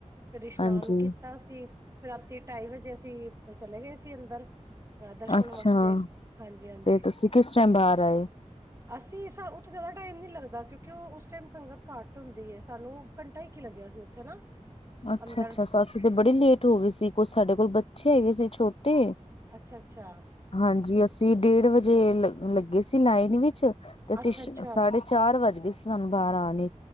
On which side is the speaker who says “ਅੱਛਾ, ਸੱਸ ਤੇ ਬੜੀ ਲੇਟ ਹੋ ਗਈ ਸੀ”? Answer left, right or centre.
Left